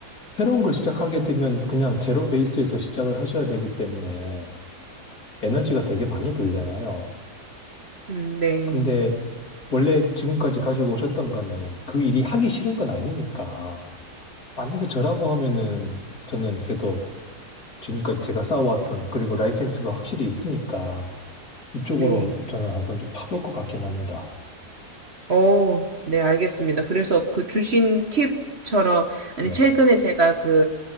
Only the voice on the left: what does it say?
새로운 걸 시작하게 되면 그냥 제로 베이스에서 시작을 하셔야 되기 때문에 에너지가 되게 많이 들잖아요.
근데 원래 지금까지 가지고 오셨던 거는 그 일이 하기 싫은 건 아니니까. 만약에 저라고 하면은 저는 그래도 지금까지 제가 쌓아왔던 그리고 라이센스가 확실히 있으니까 이쪽으로
저는 한번 좀 파볼 것 같긴 합니다.
네.